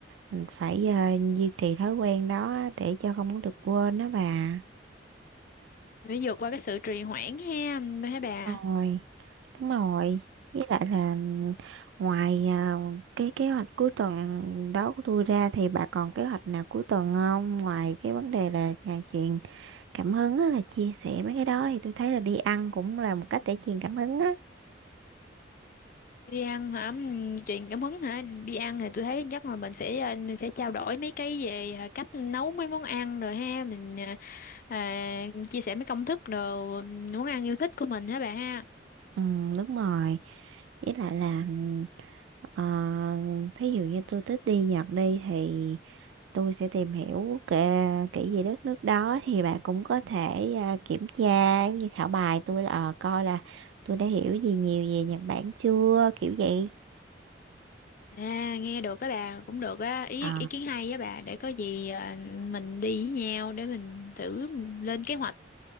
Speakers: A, on the right; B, on the left.
A: Mình phải ờ, duy trì thói quen đó để cho không có được quên đó bà.
B: phải vượt qua cái sự trì hoãn ha hả bà
A: Rồi. Đúng rồi, với lại là ngoài à, cái kế hoạch cuối tuần đó của tôi ra thì bà còn kế hoạch nào cuối tuần không? Ngoài cái vấn đề là ngày truyền cảm hứng á, là chia sẻ mấy cái đó thì tôi thấy là đi ăn cũng là một cách để truyền cảm hứng á.
B: đi ăn hả Ừm, truyền cảm hứng hả đi ăn thì tôi thấy chắc là mình phải ờ, sẽ trao đổi mấy cái về ờ, cách nấu mấy món ăn rồi ha mình ờ, à, chia sẻ mấy công thức rồi ừm, món ăn yêu thích của mình hả bà ha
A: Ừ, đúng rồi. Với lại là Ờ, thí dụ như tôi thích đi Nhật đi thì tôi sẽ tìm hiểu kể, kỹ về đất nước đó thì bạn cũng có thể à, kiểm tra giống như khảo bài tôi là ờ, coi là tôi đã hiểu gì nhiều về Nhật Bản chưa kiểu vậy
B: à, nghe được á bà cũng được á ý
A: ờ
B: ý kiến hay á bà để có gì ờ, mình đi với nhau để mình thử lên kế hoạch